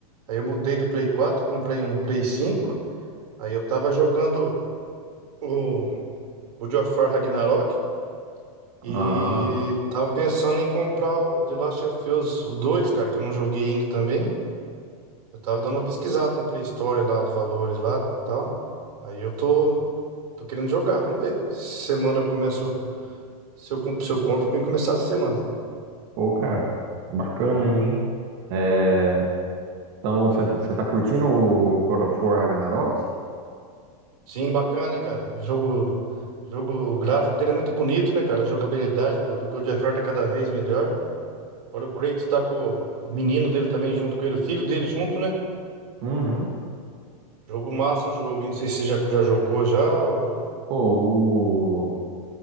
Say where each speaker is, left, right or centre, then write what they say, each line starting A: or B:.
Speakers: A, on the right; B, on the right.
A: Aí eu mudei do Play 4, comprei um Play 5. Aí eu tava jogando o God of War Ragnarok e
B: Ah,
A: tava pensando em comprar o The Last of Us, o 2, cara, que eu não joguei ainda também. Eu tava dando uma pesquisada na Play Store lá, os valores lá, e tal. Aí eu tô tô querendo jogar, vamos ver. Semana eu começo, se eu, com- se eu compro, pra mim começar a semana.
B: pô, cara, bacana aí, hein? É... Então, você você tá curtindo o God of War Ragnarok?
A: Sim, bacana, hein, cara. Jogo, jogo, o gráfico dele é muito bonito, né, cara? A jogabilidade do, do God of War tá cada vez melhor. Agora o Kratos tá com o menino dele também junto com ele, o filho dele junto, né?
B: Uhum.
A: Jogo massa o jogo, hein? Não sei se você já, já jogou já. ou-
B: Pô,